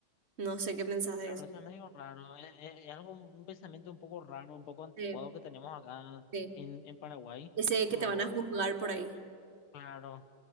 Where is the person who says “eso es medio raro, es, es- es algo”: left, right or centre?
Left